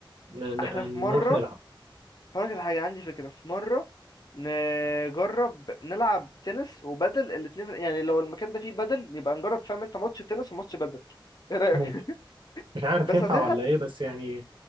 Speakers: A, on the right; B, on the left.
A: ن... ن...
B: احنا في مرة
A: نروح نلعب
B: هقولك على حاجة عندي فكرة في مرة نجرب نلعب تنس وبدل الاتنين في- يعني لو المكان ده فيه بدل يبقى نجرب فاهم انت ماتش تنس وماتش بدل ايه رأيك
A: ممكن
B: <laughs>
A: مش عارف
B: بس
A: ينفع
B: عايزين
A: ولا
B: حد
A: ايه بس يعني